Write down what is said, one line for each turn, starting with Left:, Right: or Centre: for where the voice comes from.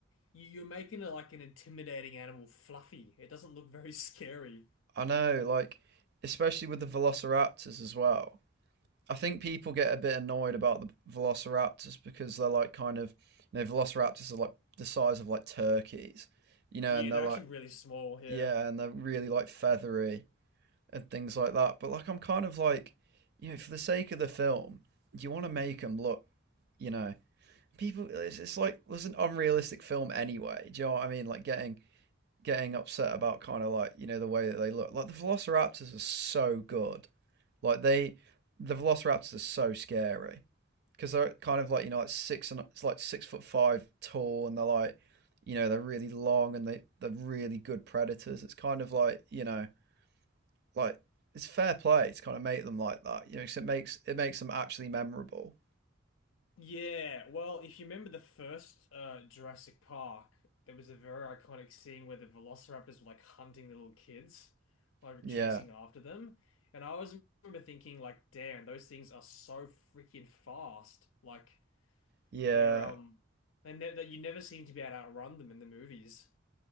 Left: you- you're making it like an intimidating animal fluffy. It doesn't look very scary.
Right: I know, like, especially with the velociraptors as well. I think people get a bit annoyed about the velociraptors because they're like kind of, you know, velociraptors are like the size of like turkeys, you know,
Left: Yeah,
Right: and they're
Left: they're
Right: like,
Left: actually really small here.
Right: yeah, and they're really like feathery and things like that. But like, I'm kind of like, you know, for the sake of the film, you want to make them look, you know, people, it's, it's like, it was an unrealistic film anyway. Do you know what I mean? Like, getting getting upset about kind of like you know the way that they look. Like the Velociraptors are so good. Like they, the Velociraptors are so scary because they're kind of like you know like six and it's like six foot five tall and they're like you know they're really long and they they're really good predators. It's kind of like you know like it's fair play to kind of make them like that. You know, 'cause it makes it makes them actually memorable.
Left: Yeah, well, if you remember the first uh, Jurassic Park, there was a very iconic scene where the velociraptors were like hunting the little kids, like
Right: Yeah,
Left: chasing after them. And I always remember thinking, like, damn, those things are so freaking fast. Like,
Right: yeah.
Left: they're um, and ne that you never seem to be able to outrun them in the movies.